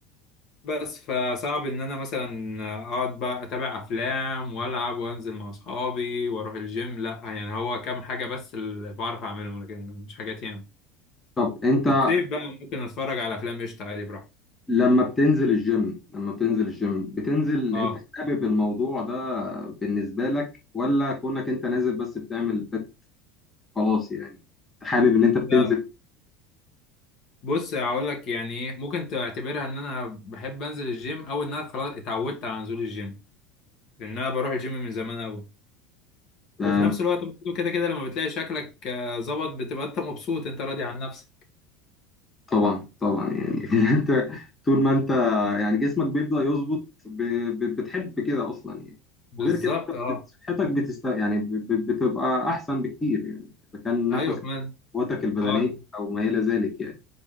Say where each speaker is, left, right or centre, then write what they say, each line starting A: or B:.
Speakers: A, on the left (about 45°); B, on the left (about 15°).
A: بس فصعب ان انا مثلا اقعد بقى اتابع افلام والعب وانزل مع اصحابي واروح الجيم لا يعني هو كام حاجه بس اللي بعرف اعملهم لكن مش حاجات يعني
B: طب انت
A: في الصيف بقى ممكن اتفرج على افلام قشطه عادي براحتي
B: لما بتنزل الجيم لما بتنزل الجيم بتنزل
A: اه
B: انت حابب الموضوع ده بالنسبة لك ولا كونك انت نازل بس بتعمل فت- خلاص يعني حابب ان انت بتنزل
A: لا بص هقول لك يعني ايه ممكن تعتبرها ان انا بحب انزل الجيم او ان انا خلاص اتعودت على نزول الجيم لان انا بروح الجيم من زمان قوي
B: آه،
A: وفي نفس الوقت برضه كده كده لما بتلاقي شكلك آه، ظبط بتبقى انت مبسوط انت راضي عن نفسك
B: طبعا طبعا يعني <laughs> انت طول ما انت يعني جسمك بيبدأ يظبط ب- ب- بتحب كده اصلا يعني
A: بالظبط
B: وغير كده أنت
A: اه
B: بت- صحتك بتست يعني ب- ب- بتبقى احسن بكتير يعني اذا كان نفس
A: ايوه كمان
B: قوتك البدنية
A: اه
B: او ما الى ذلك يعني